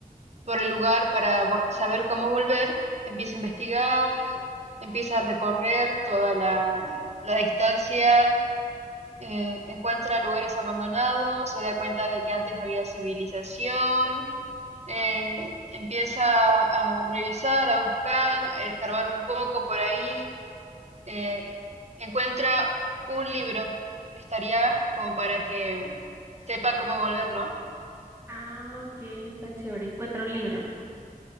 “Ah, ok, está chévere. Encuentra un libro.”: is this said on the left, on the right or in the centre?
Right